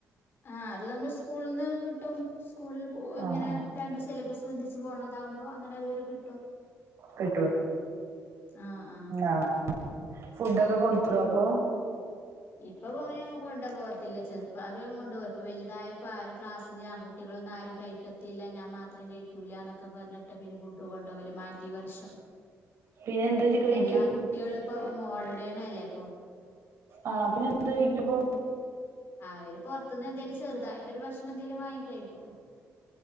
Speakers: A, on the left (about 45°); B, on the right (about 55°).
A: ആ അത് നമ്മൾ സ്കൂളിൽന്ന് കിട്ടും സ്കൂള
B: ആ
A: ഇങ്ങനെ
B: ആ
A: രണ്ട് സിലബസ് തോന്നിച്ച് പോണതകുമ്പോൾ അങ്ങെ അതുവരെ കി
B: പട്ടു
A: ആ ആ
B: ആഹ ഫുഡൊക്കെ കൊടുത്ത് വിടുവോ അപ്പൊ
A: ഇപ്പൊ മോനും കൊണ്ട് പോകത്തില്ല ചെറുപ്പം കൊണ്ടുപോയി ഇപ്പവലുതായപ്പോ ആരും ക്ലാസ്സില് ആൺകുട്ടികൾ ട്ന്നാരും കഴിക്കത്തില്ല ഞാൻ മാത്രേ കഴിക്കൂലാന്നൊക്കെ പറഞ്ഞിട്ട് പിന്നെ ഫുഡ് കൊണ്ടോല മാറ്റി ഈവർഷം
B: പിന്നെ എന്ത് കഴിക്കും
A: എല്ലാ കുട്ടികളും ഇപ്പോ മോഡേണല്ലേ ഇപ്പൊ
B: ആഹ പിന്നെ എന്ത് കഴക്ക്പ്പോ
A: അവര് പുറത്തുന്ന് എന്തേലും ചെറുതായിട്ടൊരു ഭക്ഷണം എന്തേലും വാങ്ങി കഴിക്കും